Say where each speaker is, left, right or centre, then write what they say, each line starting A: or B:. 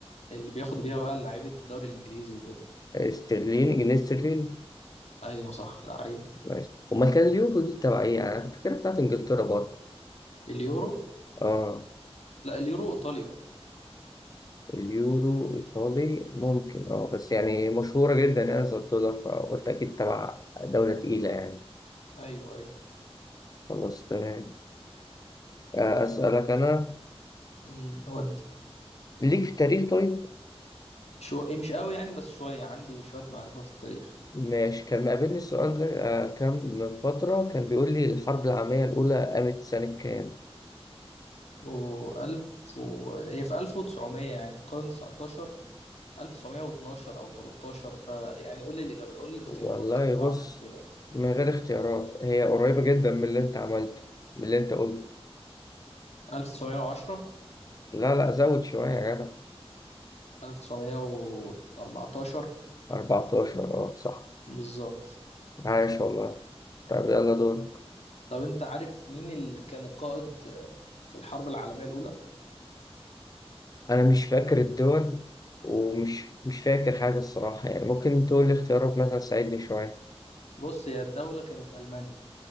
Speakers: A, on the left (about 80°); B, on the left (about 35°).
A: اللي بياخدوا بيها بقى لعيبة الدوري الانجليزي وكده
B: استرليني جنيه استرليني
A: ايوه صح لعيب
B: نايس امال كان اليورو دي تبع ايه يعني انا فاكرها بتاعت انجلترا برضه
A: اليورو
B: اه
A: لا اليورو ايطاليا
B: اليورو ايطالي ممكن اه بس يعني مشهورة جدا يعني زي الدولار فقلت اكيد تبع دولة تقيلة يعني
A: ايوه ايوه
B: خلاص تمام آه، اسألك انا
A: أمم، ودي
B: ليك في التاريخ طيب
A: شو إيه، مش قوي يعني بس شويه عندي شويه معرفه في التاريخ
B: ماشي كان مقابلني السؤال ده آه، كام من فترة كان بيقول لي الحرب العالمية الأولى قامت سنة كام
A: و1000 و... هي في 1900 يعني في القرن 19 1912 او 13 فيعني قول لي الاجابه قول لي الاختيارات
B: والله
A: كده لو
B: بص
A: عندك اختيارات
B: من غير اختيارات هي قريبة جدا من اللي انت عملته من اللي انت قلته
A: 1910
B: لا لا زود شوية يا جدع
A: 1914
B: 14 اه صح
A: بالظبط
B: عايش والله طب يلا دور
A: طب انت عارف مين اللي كان القائد آه، في الحرب العالميه الاولى
B: انا مش فاكر الدول ومش مش فاكر حاجه الصراحه يعني ممكن تقول لي اختيارات مثلا تساعدني شويه
A: بص هي الدوله كانت المانيا